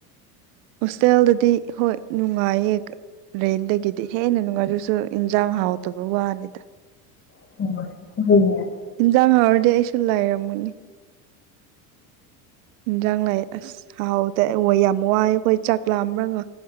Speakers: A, on the right; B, on the left.
A: ꯍꯣꯁꯇꯦꯜꯗꯗꯤ ꯍꯣꯏ ꯅꯨꯡꯉꯥꯏꯌꯦ ꯔꯦꯟꯗꯒꯤꯗꯤ ꯍꯦꯟꯅ ꯅꯨꯡꯉꯥꯏꯔꯁꯨ ꯌꯦꯟꯁꯥꯟ ꯍꯥꯎꯇꯕꯩ ꯋꯥꯅꯤꯗ
B: ꯑꯣ ꯎ <unintelligible>
A: ꯌꯦꯟꯖꯥꯡ ꯍꯥꯎꯔꯗꯤ ꯑꯩꯁꯨ ꯂꯥꯏꯔꯝꯃꯅꯤ ꯏꯟꯖꯥꯡ ꯂꯥꯛ ꯑꯁ ꯍꯥꯎꯗꯦ ꯌꯥꯝ ꯋꯥꯏ ꯑꯩꯈꯣꯏ ꯆꯥꯛ ꯂꯥꯝꯂꯒ